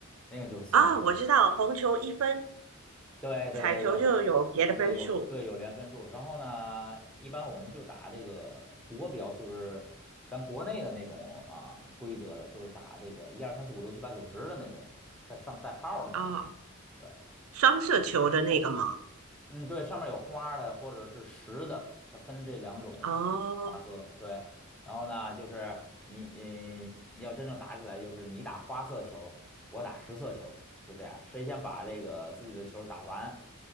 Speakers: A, in the centre; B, on the right.
A: 那个就是斯诺克。
B: 啊，我知道，红球一分，
A: 对对对对，
B: 彩球就有别的分数
A: 有有对有连分数儿然后呢，一般我们就打这个国标，就是咱国内的那种啊规则的，就是打这个一二三四五六七八九十的那种，带上带号儿的那种。
B: 啊，
A: 对，
B: 双色球的那个吗？
A: 嗯，对，上面有花的或者是实的，它分这两种
B: 哦，
A: 花色。对，然后呢，就是你，嗯，要真正打起来，就是你打花色球，我打实色球，就这样，谁先把这个自己的球打完，